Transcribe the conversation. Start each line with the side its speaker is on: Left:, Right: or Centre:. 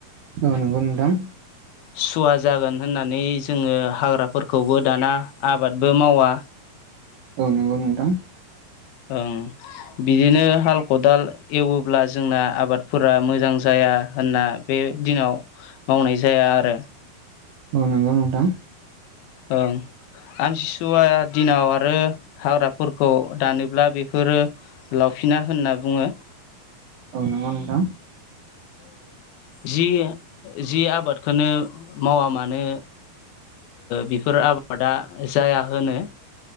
Right: औ नंगौ नोंथां
Left: सुवा जागोन होननानै जोङो हाग्राफोरखौबो दाना आबादबो मावा
Right: औ नंगौ नोंथां
Left: ओं बिदिनो हाल खदाल एवोब्ला जोंना आबादफोरा मोजां जाया होनना बे दिनाव मावनाय जाया आरो
Right: औ नंगौ नोंथां
Left: ओं आमथिसुवा दिनाव आरो हाग्राफोरखौ दानोब्ला बेफोरो लाव फिना होनना बुङो
Right: औ नंगौ नोंथां
Left: जि जि आबादखौनो मावा मानो बेफोर आबादा जाया होनो